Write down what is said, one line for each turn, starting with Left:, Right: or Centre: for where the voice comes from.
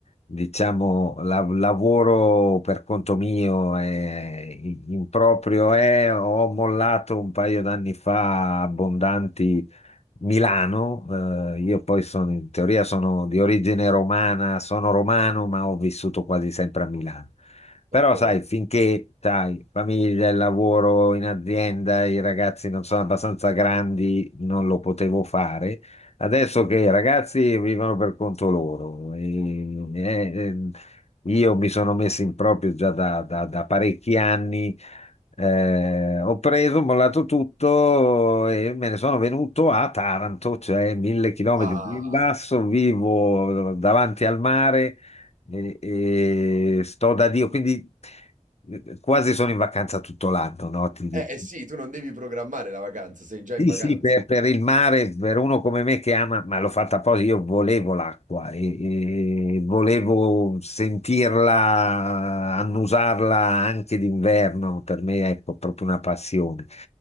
Left: diciamo la- lavoro per conto mio e in in proprio è, ho mollato un paio d'anni fa abbondanti Milano, eh, io poi sono, in teoria sono di origine romana, sono romano, ma ho vissuto quasi sempre a Milano. Però
Right: Ok.
Left: sai, finché, sai, famiglia, il lavoro in azienda, i ragazzi non sono abbastanza grandi, non lo potevo fare. Adesso che i ragazzi vivono per conto loro, e- e- e io mi sono messo in proprio già da da- da parecchi anni eh, ho preso, ho mollato tutto e me ne sono venuto a Taranto, cioè mille chilometri
Right: Ah.
Left: più in basso, vivo davanti al mare e, e sto da Dio, quindi eh, quasi sono in vacanza tutto l'anno, no? Ti dico.
Right: Eh, eh sì, tu non devi programmare la vacanza, sei già
Left: Sì,
Right: in vacanza.
Left: sì, per, per il mare, per uno come me che ama, ma l'ho fatta apposta, io volevo l'acqua e, e volevo sentirla, annusarla anche d'inverno, per me è proprio una passione.